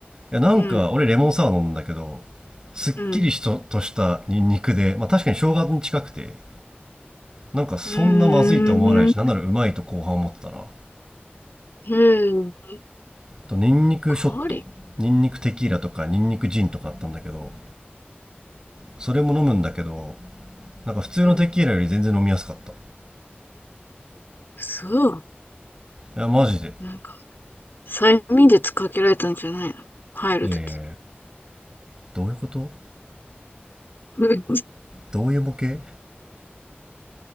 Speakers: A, on the right; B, on the left.
A: いやなんか俺レモンサワー飲むんだけど
B: うん。
A: すっきりしととしたニンニクで、
B: うん。
A: まあ、確かに生姜に近くてなんかそんなまずいと思わないしなんならうまいと後半思ってたな
B: うーん。へえ。
A: とニンニクショットニンニクテキーラとかニンニクジンとかあったんだけど
B: ガーリッ
A: それも飲むんだけどなんか普通のテキーラより全然飲みやすかった
B: ク。うん。そう。
A: いやマジで
B: なんか、催眠術かけられたんじゃないの入るとき。
A: いやいやいやどういうこと
B: うん
A: どういうボケ